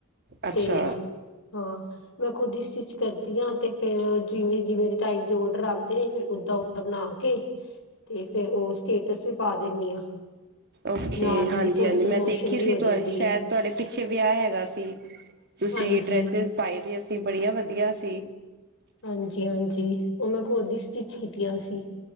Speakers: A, on the right; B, on the left.
A: ਅੱਛਾ
B: ਤੇ ਹਾਂ ਮੈਂ ਖੁਦ ਹੀ ਸਟਿਚ ਕਰਦੀ ਹਾਂ, ਤੇ ਫੇਿਰ ਜਿਵੇਂ-ਜਿਵੇਂ ਟਾਈਪ ਦੇ ਓਡਰ ਆਉਂਦੇ ਨੇ ਫਿਰ ਓਦਾਂ-ਓਦਾਂ ਬਣਾ ਕੇ ਤੇ ਫੇਰ ਉਹ ਸਟੇਟਸ ਵੀ ਪਾ ਦਿੰਦੀ ਹਾਂ
A: ਓਕੇ,
B: ਨਾਲ
A: ਹਾਂਜੀ-ਹਾਂਜੀ
B: ਹੀ ਥੋੜੀ ਪ੍ਰਮੋਸ਼ਨ
A: ਮੈਂ ਦੇਖੀ
B: ਵੀ
A: ਸੀ।
B: ਹੋ ਜਾਂਦੀ
A: ਤੁ ਸ਼ਾਇਦ
B: ਹੈ
A: ਤੁਹਾਡੇ ਪਿੱਛੇ ਵਿਆਹ ਹੈਗਾ ਸੀ। ਤੁਸੀਂ
B: ਹਾਂਜੀ
A: ਡਰੈਸਿਸ ਪਏ ਦੀਆਂ ਸੀ, ਬੜੀਆਂ ਵਧੀਆ ਸੀ।
B: ਹਾਂਜੀ-ਹਾਂਜੀ ਉਹ ਮੈਂ ਖੁਦ ਦੀ ਸਟਿਚ ਕੀਤੀਆਂ ਸੀ।